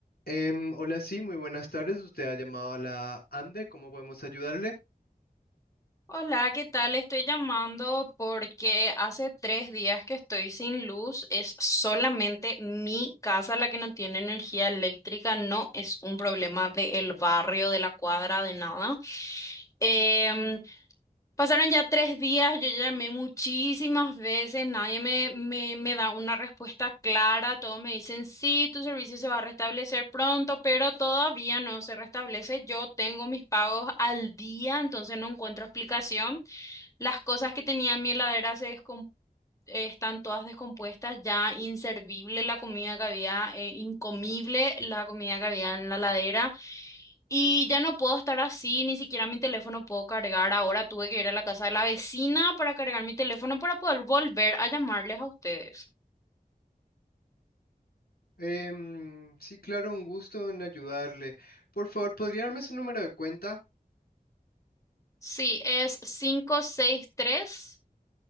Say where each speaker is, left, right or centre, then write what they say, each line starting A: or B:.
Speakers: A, on the left (about 75°); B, on the left (about 20°).
A: Em, hola, sí, muy buenas tardes. Usted ha llamado a la ANDE. ¿Cómo podemos ayudarle?
B: Hola, ¿qué tal? Estoy llamando porque hace tres días que estoy sin luz. Es solamente mi casa la que no tiene energía eléctrica. No es un problema del barrio, de la cuadra, de nada. Em, pasaron ya tres días, yo llamé muchísimas veces, nadie me, me, me da una respuesta clara. Todos me dicen, sí, tu servicio se va a restablecer pronto, pero todavía no se restablece. Yo tengo mis pagos al día, entonces no encuentro explicación. Las cosas que tenía en mi heladera se descom- eh, están todas descompuestas, ya inservible la comida que había, eh, incomible la comida que había en la heladera. Y ya no puedo estar así, ni siquiera mi teléfono puedo cargar. Ahora tuve que ir a la casa de la vecina para cargar mi teléfono para poder volver a llamarles a ustedes.
A: Em, sí, claro, un gusto en ayudarle. Por favor, ¿podría darme su número de cuenta?
B: Sí, es cinco seis seis tres